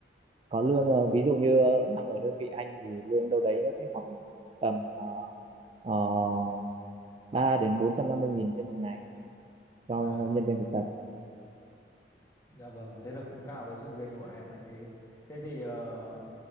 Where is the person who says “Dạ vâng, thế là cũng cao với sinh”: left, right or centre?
Left